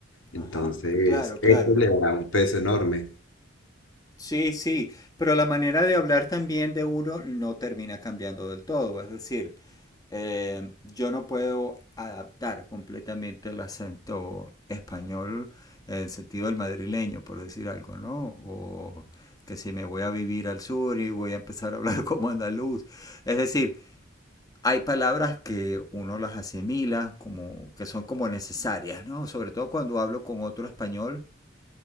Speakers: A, on the left; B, on the left.
A: Entonces,
B: ajá, claro,
A: eso
B: claro.
A: le da un peso enorme.
B: Sí, sí, pero la manera de hablar también de uno no termina cambiando del todo. Es decir, eh, yo no puedo adaptar completamente el acento español en el sentido del madrileño, por decir algo, ¿no? O que si me voy a vivir al sur y voy a empezar a hablar <laughs> como andaluz. Es decir, hay palabras que uno las asimila como que son como necesarias, ¿no? Sobre todo cuando hablo con otro español